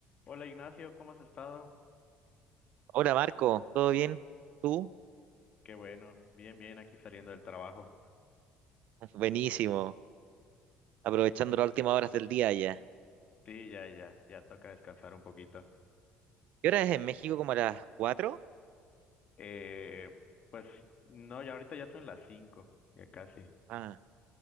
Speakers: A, on the left; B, on the right.
A: Hola Ignacio, ¿cómo has estado?
B: Hola Marco, ¿todo bien? ¿Tú?
A: Qué bueno, bien, bien, aquí saliendo del trabajo.
B: Ah, Buenísimo, aprovechando las últimas horas del día ya.
A: Sí, ya, ya, ya toca descansar un poquito.
B: ¿Qué hora es en México? ¿Como a las cuatro,
A: Eh, pues no, ya ahorita ya son las cinco, ya casi.
B: Ah,